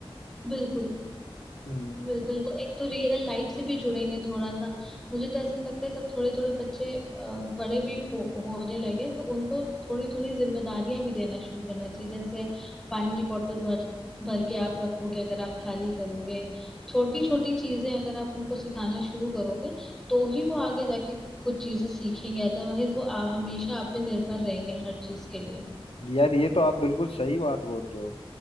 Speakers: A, in the centre; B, on the left (about 80°).
A: बिल्कुल
B: हम्म
A: बिल्कुल वो एक तो रियल लाइफ से भी जुड़ेंगे थोड़ा सा मुझे तो ऐसा लगता है जब थोड़े थोड़े बच्चे अ, बड़े भी हो होने लगे तो उनको थोड़ी थोड़ी जिम्मेदारियां भी देना शुरू करना चाहिए जैसे पानी की बोतल भर भर के आप रखोगे अगर आप खाली करोगे छोटी छोटी चीजें अगर आप उनको सिखाना शुरू करोगे तो ही वो आगे जाके कुछ चीजें सीखेंगे अदरवाइज वो आप हमेशा आप पे निर्भर रहेंगे हर चीज के लिए
B: यार ये तो आप बिल्कुल सही बात बोल रहे हो